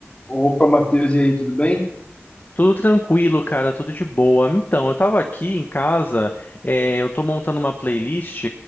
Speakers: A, on the left (about 25°); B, on the left (about 40°).
A: Opa, Matheus, e aí, tudo bem?
B: Tudo tranquilo, cara, tudo de boa. Então, eu tava aqui em casa, é, eu tô montando uma playlist